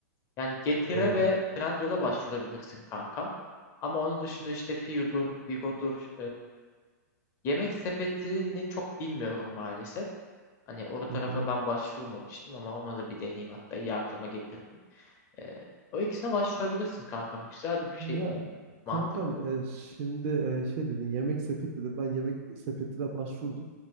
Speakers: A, on the left (about 30°); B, on the right (about 45°).
A: Yani Getir'e
B: Doğru.
A: ve Trendyol'a başvurabilirsin kankam. Ama onun dışında işte Fiu'dur, Vigo'dur, Yemek sepetini çok bilmiyorum maalesef. Hani o tarafa
B: Hı hı.
A: ben başvurmamıştım ama ona da bir deneyeyim hatta iyi aklıma getirdin. Ee, o ikisine başvurabilirsin kankam. Güzel bir şey.
B: Ya
A: Mantıklı.
B: kankam e, şimdi e, şey dedin yemek sepeti dedin. Ben yemek sepetine başvurdum.